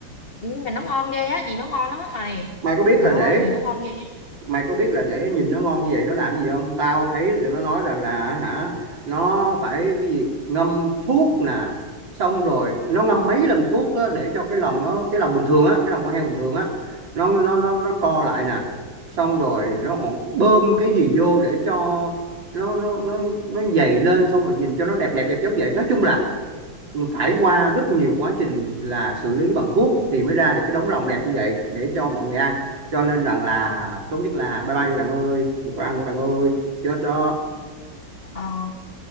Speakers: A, on the left; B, on the right.
A: nhưng mà nó ngon ghê á gì nó ngon lắm á mày
B: mày có biết
A: trời
B: là để
A: ơi gì nó ngon ghê
B: mày có biết là để nhìn nó ngon như vậy nó làm gì không tao thấy tụi nó nói rằng là hả nó phải cái gì ngâm thuốc nè xong rồi nó ngâm mấy lần thuốc đó để cho cái lòng nó cái lòng bình thường á cái lòng con heo bình thường á nó nó nó nó co lại nè xong rồi nó còn bơm cái gì vô để cho nó nó nó nó dày lên xong rồi nhìn cho nó đẹp đẹp đẹp giống vậy nói chung là phải qua rất nhiều quá trình là xử lý bằng thuốc thì mới ra được cái đống lòng đẹp như vậy để cho mọi người ăn cho nên rằng là tốt nhất là bye bye đi bạn ơi đừng có ăn nữa bạn ơi chết đó
A: Ờ,